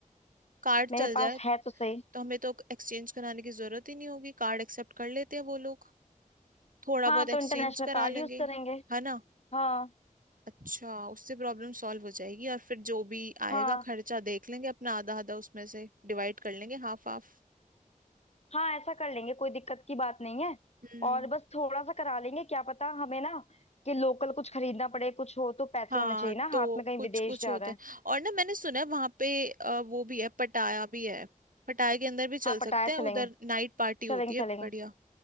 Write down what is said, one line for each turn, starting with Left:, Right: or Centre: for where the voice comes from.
Right: कार्ड
Left: मेरे
Right: चल
Left: पास
Right: जाए
Left: है तो सही
Right: तो हमें तो एक्सचेंज कराने की जरूरत ही नहीं होगी कार्ड एक्सेप्ट कर लेते हैं वो लोग थोड़ा
Left: हाँ
Right: बहुत
Left: तो
Right: एक्सचेंज
Left: इंटरनेशनल
Right: करा
Left: कार्ड
Right: लेंगे
Left: यूज करेंगे
Right: है ना
Left: हाँ
Right: अच्छा उससे प्रॉब्लम सॉल्व हो जाएगी और फिर जो भी
Left: हाँ
Right: आएगा खर्चा देख लेंगे अपना आधा आधा उसमें से डिवाइड कर लेंगे हाफ हाफ
Left: हाँ ऐसा कर लेंगे कोई दिक्कत की बात नहीं है
Right: हम्म,
Left: और बस थोड़ा सा करा लेंगे क्या पता हमें ना कि लोकल कुछ खरीदना पड़े कुछ हो तो पैसे
Right: हाँ
Left: होने चाहिए ना
Right: तो
Left: हाथ में कहीं
Right: कुछ
Left: विदेश
Right: कुछ
Left: जा
Right: होते
Left: रहे हैं
Right: हैं और ना मैंने सुना है वहां पे अ, वो भी है पटाया भी है पटाया के अंदर भी चल
Left: हाँ पटाया
Right: सकते हैं
Left: चलेंगे
Right: उधर नाइट पार्टी होती
Left: चलेंगे
Right: है
Left: चलेंगे
Right: बढ़िया